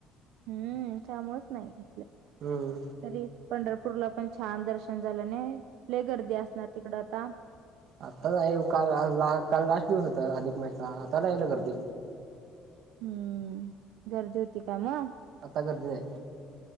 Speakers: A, on the right (about 80°); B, on the right (about 50°).
A: हम्म त्याांमुळच नाही
B: हम्म
A: तरी पंढरपूरला पण छान दर्शन झालं नाही लय गर्दी असणार तिकड आता
B: आताच आहे काल ला काल लास्ट दिवस होता अधिक महिचा आता नाही गर्दी,
A: हम्म.. गर्दी होती का मग,
B: आता गर्दी नाही.